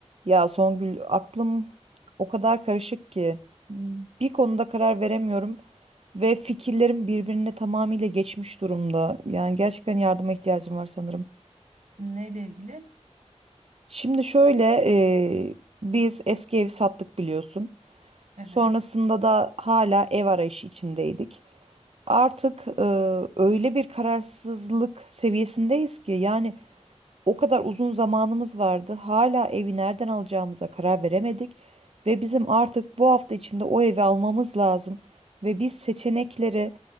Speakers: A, on the right (about 60°); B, on the right (about 80°).
A: Ya Songül aklım o kadar karışık ki bir konuda karar veremiyorum ve fikirlerim birbirine tamamıyla geçmiş durumda. Yani gerçekten yardıma ihtiyacım var sanırım.
B: Neyle ilgili?
A: Şimdi şöyle e, biz eski evi sattık biliyorsun.
B: Evet.
A: Sonrasında da hala ev arayışı içindeydik. Artık e, öyle bir kararsızlık seviyesindeyiz ki yani O kadar uzun zamanımız vardı. Hala evi nereden alacağımıza karar veremedik ve bizim artık bu hafta içinde o evi almamız lazım ve biz seçenekleri